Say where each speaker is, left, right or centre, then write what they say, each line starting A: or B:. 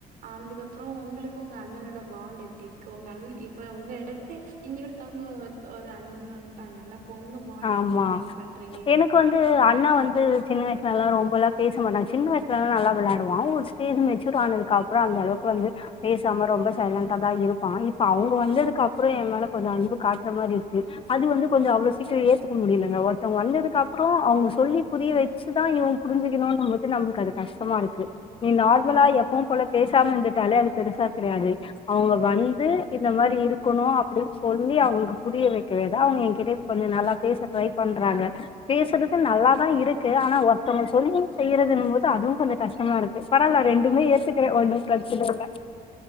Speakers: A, on the right; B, on the left.
A: ஆனதுக்கப்றோ உங்களுக்கு உங்க அண்ணனோட பாண்ட் எப்டி இருக்கு உங்க அண் இப்ப உங்க எடத்து இங்க ஒருத்தவங்க ஒத் ஒரு அண்ணின்னு வன்ட்டாங்கல்ல அப்ப உங்க பாண்ட்
B: ஆமா
A: எப்டி ஃபீல் பண்றீங்க
B: எனக் க்கு வந்து அண்ண வந்து சின்ன வயஸ்லலா ரொம்பலா பேச மாட்டாங்க சின்ன வயஸ்லலா நல்லா வெளையாடுவா ஒரு <unintelligible> மெச்சூர் ஆனதுக்கப்றோ அந்த அளவுக்கு வந்து ரொம்ப சைலண்டாதா இருப்பா இப்ப அவுங்க வந்ததுக்கப்றோ எய மேல கொஞ்ச அன்பு காட்ற மாரி இர்க்கு அது வந்து கொஞ்ச அவ்ளஸ் க்கு ஏத்துக்க முடியலங்க ஒருத்தவங்க வந்ததுக்கப்றோ அவங்க சொல்லி புரிய வச்சுதா இவ புரிஞ்சுக்குணுன்னு போ து நம்ளுக்கு அது கஷ்டமாருக்கு நீ நார்மலா
A: ஆ
B: எப்பவு போல பேசாம இந்துட்டாலே அது பெருசா தெரியாது அவங்க வந்து இந்த மாரி இருக்கணு அப்புடின் சொல்லி அவங்களுக்கு புரிய வெக்கவேதா அவங்க எயகிட்ட கொஞ்ச நல்லா பேச ட்ரை பண்றாங்க பேசுறது நல்லாதா இருக்கு ஆனா ஒர்த்தவங்க சொல்லி செய்யுறதுங் போது அதுவு கொஞ்ச கஷ்டமாருக் பரால ரெண்டுமே ஏத்துக்குற ஒண்ணு பிரச்சன இல்ல